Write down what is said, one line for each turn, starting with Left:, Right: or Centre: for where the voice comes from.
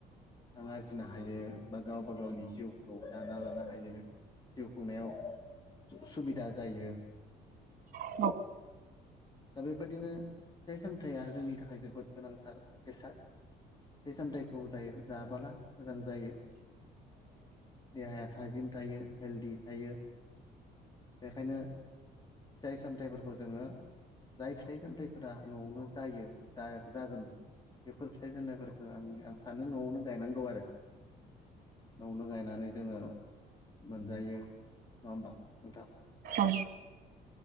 Left: रां आरजिनो हायो बा गावबा गावनि जिउखौ दाना लानो हायो जिउ खुंनायाव सुबिदा जायो
Right: औ औ
Left: दा बेबादिनो फिथाइ सामथाइया जोंनि थाखाय जोबोद गोनांथार बेसाद ज सामथायाखौ जायो जाबोला मोजां जायो देहाया थाजिम थायो हेलदि थायो बेखायनो फिथाइ सामथाइफोरखौ जोङो जाय फिथाइ सामथाइफोरा न'आवनो जायो जागोन बेफोर फिथाइ सामथाइफोरखौ आं आं सानो न'आवनो गायनांगौ आरो न'आवनो गायनानै जोङो मोनजायो नङा होमबा नोंथां
Right: औ